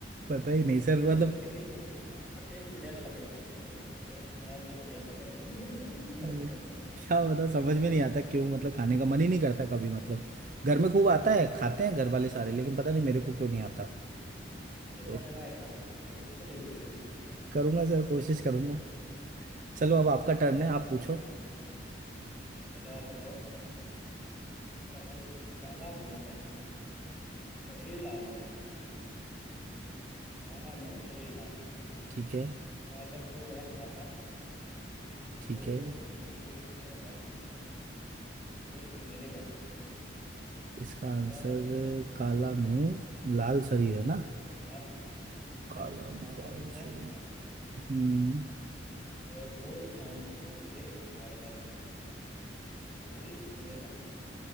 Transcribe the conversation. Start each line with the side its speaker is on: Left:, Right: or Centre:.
Right: पता
Centre: उसको
Right: ही नहीं
Centre: टेस्ट
Right: सर मतलब
Centre: करके देखो आपको टेस्ट बढ़िया ना लगे तो फिर तो कह सकते हो कि हाँ यार मुझे बढ़िया नहीं लगा इसलिए मुझे दुश्मनी है
Right: हम्म।
Centre: उससे
Right: क्या बता समझ में नहीं
Centre: <laughs>
Right: आता क्यों मतलब खाने का मन ही नहीं करता कभी मतलब घर में खूब आता है खाते हैं घर वाले सारे लेकिन पता नहीं मेरे को क्यों नहीं आता
Centre: चलो इस
Right: तो
Centre: बार जब आएगा ना तो आप टेस्ट तो जरूर करके देखना
Right: करूंगा सर कोशिश करूंगा चलो अब आपका टर्न है
Centre: चलो
Right: आप पूछो
Centre: चलो आप बताओ काल काला मुंह है शरीर लाल है काला मुंह शरीर लाल
Right: ठीक है
Centre: कागज को वह खाता
Right: ठीक
Centre: रोज
Right: है
Centre: शाम को पेट फाड़कर कोई उन्हें ले जाता
Right: इसका आंसर
Centre: दोबारा बताऊं
Right: काला मुंह लाल शरीर है ना
Centre: लाल सरिया हम्म
Right: काला मुंह
Centre: कागज
Right: लाल
Centre: को वह
Right: शरीर
Centre: खाता
Right: हम्म
Centre: और रोज शाम को पेट फाड़कर कोई उन्हें ले जाता